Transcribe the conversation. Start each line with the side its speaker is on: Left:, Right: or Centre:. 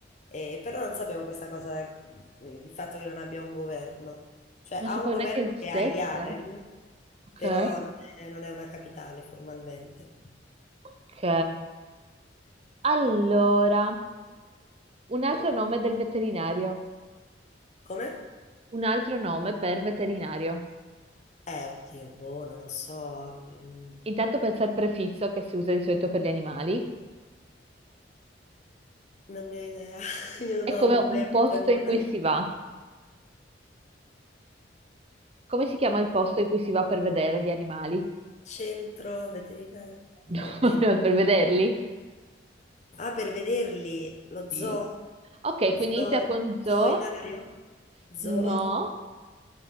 Left: Eh, però non sapevo questa cosa, eh, il fatto che non abbia un governo. Cioè
Right: Non
Left: ha
Right: sapevo
Left: un governo
Right: neanche esistesse.
Left: che ha Yaren,
Right: Ok.
Left: però non è, non è una capitale formalmente.
Right: Ok. Allora, un altro nome del veterinario.
Left: Come?
Right: Un altro nome per veterinario.
Left: Eh, oddio, boh, non lo so, mm,
Right: Intanto pensa al prefisso che si usa di solito per gli animali.
Left: non ne ho idea. <laughs> Io
Right: È
Left: non
Right: come
Left: ho
Right: un
Left: mai avuto
Right: posto
Left: animali.
Right: in cui si va. Come si chiama il posto in cui si va per vedere gli animali?
Left: Centro veterinario,
Right: <laughs>
Left: oddio.
Right: Per vederli?
Left: Ah, per vederli, lo
Right: Sì.
Left: zoo,
Right: Ok, quindi
Left: zoo,
Right: inizia con zoo.
Left: zoinario, zoo,
Right: No.